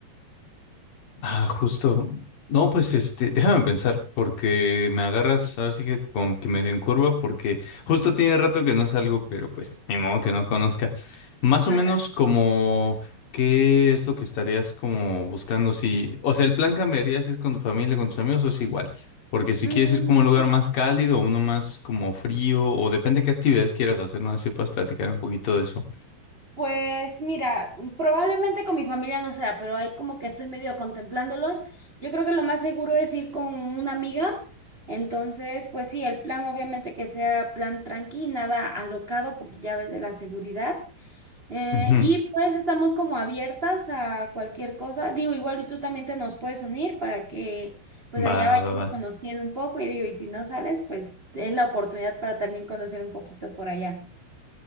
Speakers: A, on the left; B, on the right.
A: Ah, justo. No, pues este, déjame pensar, porque me agarras, ahora sí que con que medio en curva, porque justo tiene rato que no salgo, pero pues ni modo que no conozca. Más o
B: <laughs>
A: menos como qué es lo que estarías como buscando si, o sea, el plan cambiaría si es con tu familia, con tus amigos o es igual, porque si
B: Mm,
A: quieres ir como a un lugar más cálido, uno más como frío, o depende qué actividades quieras hacer, no sé si puedes platicar un poquito de eso.
B: Pues mira, probablemente con mi familia no sea, pero ahí como que estoy medio contemplándolos. Yo creo que lo más seguro es ir con una amiga. Entonces, pues sí, el plan obviamente que sea plan tranqui, nada alocado por llaves de la seguridad. Eh,
A: Ujú.
B: y pues estamos como abiertas a cualquier cosa. Digo, igual y tú también te nos puedes unir para que pues allá
A: Va,
B: vayamos
A: va, va.
B: conociendo un poco. Y digo, y si no sales, pues es la oportunidad para también conocer un poquito por allá.